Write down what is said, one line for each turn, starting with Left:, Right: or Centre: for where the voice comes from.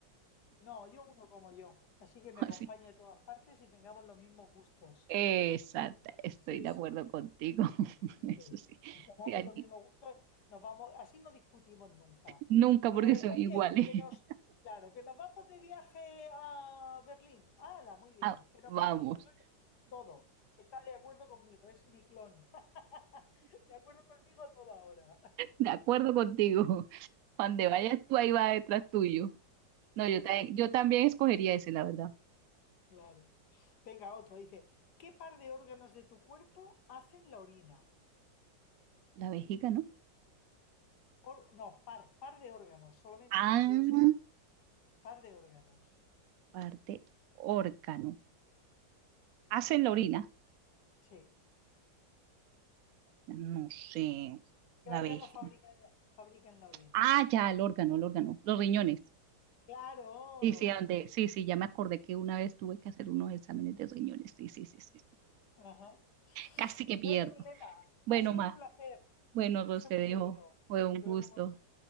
Left: No, yo uno como yo. Así que me
Right: <laughs>
Left: acompañe
Right: Así.
Left: a todas partes y tengamos los mismos gustos.
Right: Exacta, estoy
Left: Sí,
Right: de
Left: sí,
Right: acuerdo contigo. <laughs>
Left: sí.
Right: Eso sí,
Left: Tengamos
Right: sí, alguien-
Left: los mismos gustos, nos vamos, así no discutimos nunca.
Right: nunca porque
Left: Eh,
Right: son
Left: oye,
Right: iguales.
Left: que
Right: <laughs>
Left: nos, claro, que nos vamos de viaje a Berlín. ¡Hala! Muy bien.
Right: Ah,
Left: Que nos
Right: vamos,
Left: vamos a no sé qué. todo. Está de acuerdo conmigo, es mi clon. <laughs> De acuerdo conmigo a toda hora.
Right: de acuerdo contigo. Donde vayas tú, ahí va detrás tuyo. No,
Left: Eso
Right: yo también,
Left: es.
Right: yo también escogería ese, la verdad.
Left: Claro. Venga, otro. Dice, ¿qué par de órganos de tu cuerpo hacen la orina?
Right: La vejiga, ¿no?
Left: Or- no, par, par de órganos, solamente,
Right: Ah,
Left: de, so- par de órganos.
Right: parte órgano. Hacen la orina.
Left: Sí.
Right: No sé.
Left: ¿Qué
Right: La
Left: órgano
Right: vejiga.
Left: fabrican la, fabrican la orina?
Right: Ah, ya, el órgano, el órgano. Los riñones.
Left: Claro.
Right: Sí, sí, ande- sí, sí, ya me acordé que una vez tuve que hacer unos exámenes de riñones. Sí, sí, sí, sí.
Left: Ajá.
Right: Casi que pierdo.
Left: Bueno, Milena,
Right: Bueno,
Left: ha sido
Right: ma,
Left: un placer.
Right: bueno,
Left: Eh, Nos
Right: Ros,
Left: hemos
Right: te dejo.
Left: reído.
Right: Fue un
Left: Lo
Right: gusto.
Left: hemos...